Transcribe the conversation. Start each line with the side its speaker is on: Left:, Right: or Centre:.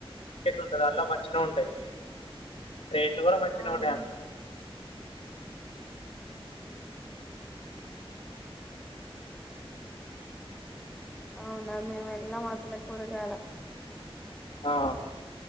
Left: ఉంటంది అల్ల మంచిగానే ఉంటాయి రేట్లు కూడా మంచిగా
Centre: ఆహా
Left: ఉంటాయి అ
Centre: అవునా మేము ఎలాం అసలే కూరగాయలకు
Left: ఆ